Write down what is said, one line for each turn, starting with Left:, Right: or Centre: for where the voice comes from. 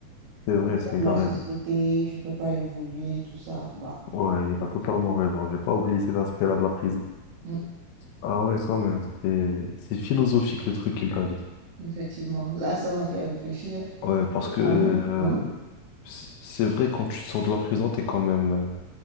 Left: c'est
Right: le
Left: vrai, ça,
Right: poids de
Left: il
Right: la
Left: a raison.
Right: société, je ne peux pas évoluer, tout ça. Bah,
Left: Ouais, il a totalement raison. J'ai pas oublié cet aspect-là de la prison.
Right: mm,
Left: Ah ouais, quand même. C'est c'est philosophique le truc qu'il t'a dit.
Right: effectivement, là, ça m'a fait réfléchir.
Left: Ouais, parce que euh,
Right: En même temps,
Left: c'est c'est vrai, quand tu sors de la prison, t'es quand même euh,